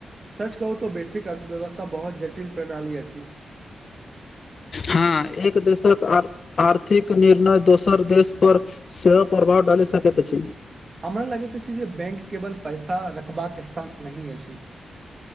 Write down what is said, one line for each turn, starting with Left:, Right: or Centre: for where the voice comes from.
Right: सच कहू तो बेसिक अर्थव्यवस्था बहुत जटिल प्रणाली अछि
Left: हँ एक दोरक आर्थिक निर्णय दोसर देश पर सेहोह प्रभाव डाली सकैत अछि
Right: हमरा लगैत अछि जे बैंक केवल पैसा रखबाक स्थान नहि अछि